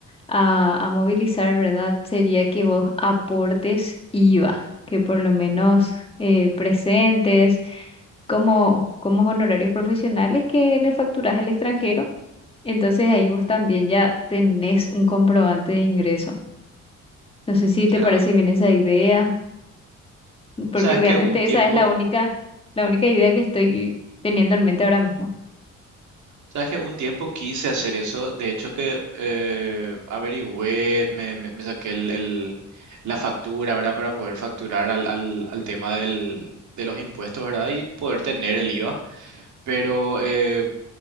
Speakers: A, on the left (about 20°); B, on the right (about 70°).
A: a, a movilizar, ¿verdad? Sería que vos aportes IVA, que por lo menos eh, presentes como, como honorarios profesionales que le facturas al extranjero. Entonces ahí vos también ya tenés un comprobante de ingreso. No sé si te
B: Ya,
A: parece bien esa idea. porque
B: O sea, es
A: realmente
B: que un tiempo,
A: esa es la única, la única idea que estoy teniendo en mente ahora mismo.
B: Sabes que un tiempo quise hacer eso, de hecho que eh, averigüé, me, me- me saqué el, el- la factura, ¿verdad? Para poder facturar al, al- al tema del- de los impuestos, ¿verdad? Y poder tener el IVA. Pero eh,